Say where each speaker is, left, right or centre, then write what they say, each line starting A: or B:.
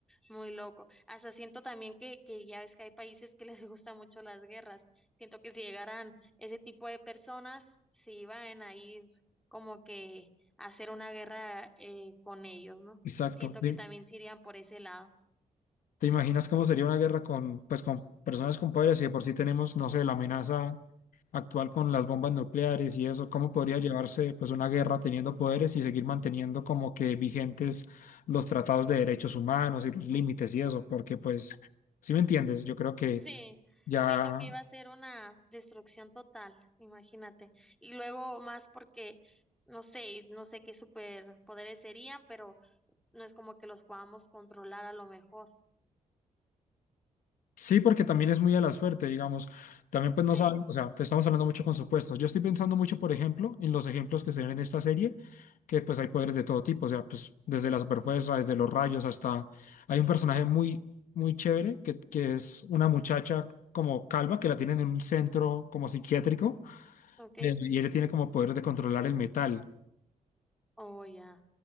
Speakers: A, in the centre; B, on the left.
A: muy loco. Hasta siento también que, que ya ves que hay países que les <laughs> gustan mucho las guerras. Siento que si llegaran ese tipo de personas, se iban a ir como que a hacer una guerra eh, con ellos, ¿no?
B: Exacto.
A: Siento
B: sí.
A: que también se irían por ese lado.
B: ¿Te imaginas cómo sería una guerra con, pues, con personas con poderes? y de por sí tenemos, no sé, la amenaza actual con las bombas nucleares y eso, ¿cómo podría
A: Sí,
B: llevarse, pues, una guerra teniendo poderes y seguir manteniendo como que vigentes los tratados de derechos humanos y los límites y eso? Porque, pues, si me entiendes, yo creo que
A: sí.
B: ya
A: Siento que iba a ser una destrucción total, imagínate. Y luego más porque no sé, no sé qué superpoderes serían, pero no es como que los podamos controlar a lo mejor.
B: Sí, porque también es muy a la suerte, digamos. También pues
A: Sí,
B: no saben, o sea, pues estamos hablando mucho con supuestos. Yo estoy pensando mucho, por ejemplo, en los ejemplos que se ven en esta serie, que pues hay poderes de todo tipo, o sea, pues desde la superfuerza, desde los rayos hasta... Hay un personaje muy, muy chévere que, que es una muchacha como calva que la tienen en un centro como psiquiátrico
A: ok.
B: eh, y ella tiene como poder de controlar el metal.
A: Oh, ya.